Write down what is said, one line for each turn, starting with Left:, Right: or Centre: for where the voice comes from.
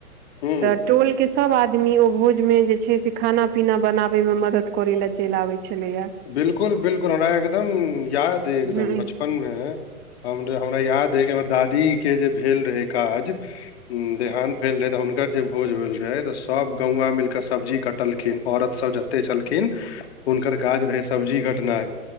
Left: हूँ
Right: तऽ <unintelligible> टोल के सब आदमी ओ भोज में जे छै से खाना पीना बनाबे मे मदद करे ल चलि आबे छले या।
Left: बिलकुल बिलकुल, हमरा एकदम याद ऐ, एकदम
Right: ह ह
Left: बचपन मे हम, हमरा याद अई कि हमर दादी के जे भेल रहे काज, देहांत भेल रहे तऽ हु नकर जे भोज भेल रहै तऽ सब गौआ मिलके सब्जी कटलखिन, औरत सब जते छलखिन हुनकर काज रहै सब्जी कटनाइ।